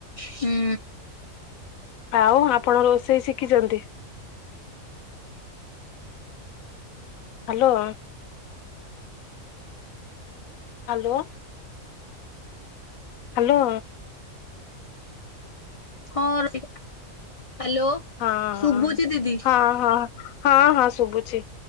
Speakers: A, on the left; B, on the left.
A: ହୁଁ
B: ଆଉ ଆପଣ ରୋଷେଇ ଶିଖିଛନ୍ତି? ହ୍ୟାଲୋ। ହ୍ୟାଲୋ। ହ୍ୟାଲୋ।
A: ହଁ ରୁଷି ହ୍ୟାଲୋ।
B: ହଁ
A: ଶୁଭୁଛି
B: ହଁ
A: ଦିଦି।
B: ହଁ ହଁ ହଁ ହଁ ଶୁଭୁଛି।